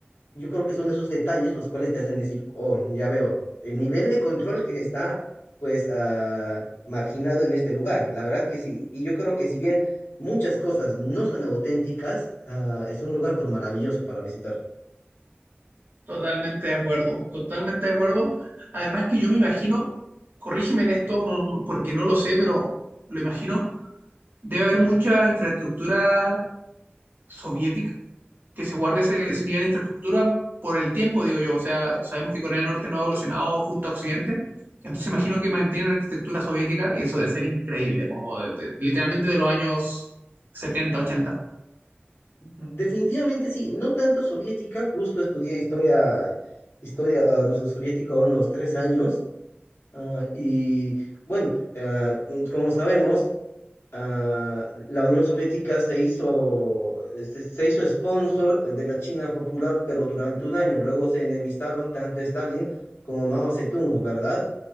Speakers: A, on the left; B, on the right.
A: Yo creo que son esos detalles los cuales te hacen decir, oh, ya veo, el nivel de control que está, pues, ah, marginado en este lugar. La verdad que sí. Y yo creo que si bien muchas cosas no son auténticas, ah, es un lugar pero maravilloso para visitar.
B: Totalmente de acuerdo, totalmente de acuerdo. Además que yo me imagino, corrígeme en esto, no, no- porque no lo sé, pero lo imagino, debe haber mucha infraestructura soviética que se guarde ese, ese nivel de infraestructura por el tiempo, digo yo. O sea, sabemos que Corea del Norte no ha evolucionado junto a Occidente, entonces imagino que mantienen la arquitectura soviética y eso debe ser increíble, como de- de- literalmente de los años setenta ochenta
A: Definitivamente sí, no tanto soviética, justo estudié historia, historia ah, rusa soviética unos tres años. ah, y bueno, ah, c- como sabemos, ah, la Unión Soviética se hizo, se, se hizo sponsor eh, de la China Popular, pero durante un año. Luego se enemistaron tanto Stalin como Mao Zedong, ¿verdad?